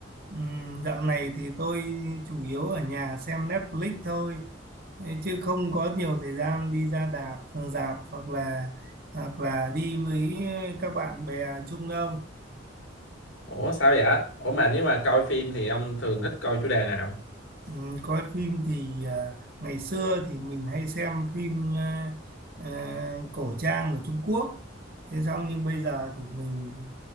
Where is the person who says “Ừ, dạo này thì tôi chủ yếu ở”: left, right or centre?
Right